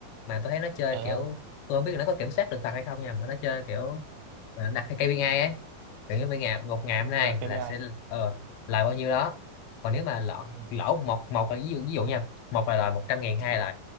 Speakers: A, on the left (about 85°); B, on the right (about 85°).
A: mà tôi thấy nó chơi
B: ờ
A: kiểu
B: không
A: tôi không biết là nó có kiểm soát được thật hay không nha mà nó chơi kiểu mà nó đặt theo KPI ấy kiểu như bên ngày một ngày hôm nay
B: ờ đặt KPI
A: là sẽ ờ, lời bao nhiêu đó còn nếu mà lỗ
B: ừ
A: lỗ một một là ví dụ ví dụ nha một là lời một trăm ngàn hai là